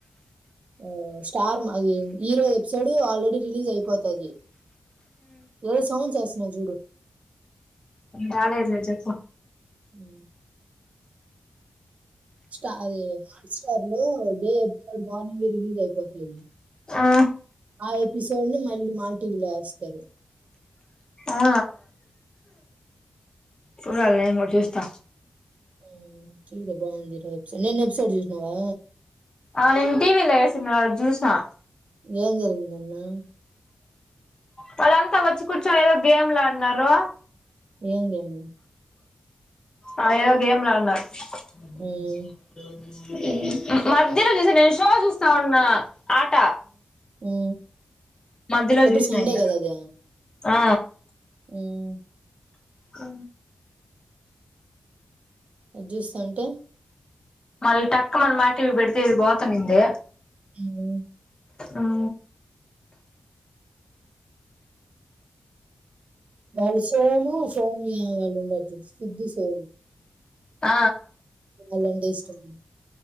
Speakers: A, on the right; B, on the left.
A: ఆ స్టార్ మా అది హీరో ఎపిసోడ్ ఆల్రెడీ రిలీజ్ అయిపోతది ఏ సౌడ్ చేస్త్ నా జుడు
B: కాలేజె చెప్పు
A: అ స్టారు హాట్ స్టార్ లో డే ఎపిసోడ్ మార్నింగ్ రిలీజ్ అయిపోతుంద్
B: ఆ
A: ఆ ఎపిసోడ్ ను మళ్ళీ మాటీవీలో వెస్తారు
B: ఆ చూడలే చూస్తా
A: ఉమ్ చూడ బాగుంది ఈరోజు నిన్న ఎపిసోడ్ చూసినావా.
B: ఆ నేను టీవీ లో వేసిన జూసా.
A: ఏం జరిగి ఉన్నదా
B: వాళ్ళంతా వచ్చి కూర్చని ఏదో గేమ్ లులాడినారు
A: ఏం తిన్నవ్
B: ఆ ఏదో గేమ్లాడిన్నారు కీక్
A: ఉమ్,
B: ఉహూ మధ్యలో వచ్చసి నేను షో చూస్తా ఉన్నా ఆట
A: ఆ
B: మధ్యలో
A: ఎప్పుడు
B: చూసిన
A: సండే
B: ఇంగ
A: కదా అది
B: ఆ
A: ఉమ్,
B: ఆ
A: చ్యూస్త అంటే
B: మల్ట ఇక్క మన మాటి పెడితే ఇది పోతనుంది
A: ఉమ్,
B: అవు
A: వాళ్ళు సోను సోనియా వాళ్ళు ఉన్నారు సిద్ధ సోను
B: ఆ
A: చాలంటే ఇష్టం